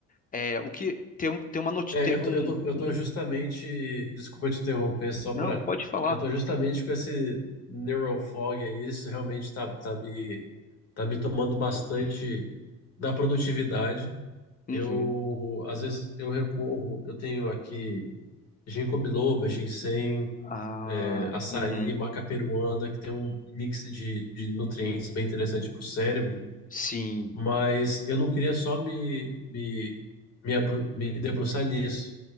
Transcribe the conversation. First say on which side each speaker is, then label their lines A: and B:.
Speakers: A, on the left; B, on the left.
A: é, o que tem, um- tem uma notícia,
B: É,
A: teve
B: eu tô,
A: um.
B: eu tô, eu
A: Uhum.
B: tô justamente. Desculpa te interromper, só
A: Não,
B: para.
A: pode falar.
B: Eu tô justamente com esse neural fog aí, isso realmente tá, tá me, tá me tomando bastante
A: Putz.
B: da produtividade.
A: Uhum.
B: Eu, às vezes, eu recorro, eu tenho aqui ginkgo biloba, ginseng,
A: Ah,
B: é, açaí,
A: uhum.
B: maca peruana, que tem um um mix de, de nutrientes bem interessante para o cérebro,
A: Sim,
B: mas eu não queria só me, me, me, abru- me debruçar nisso.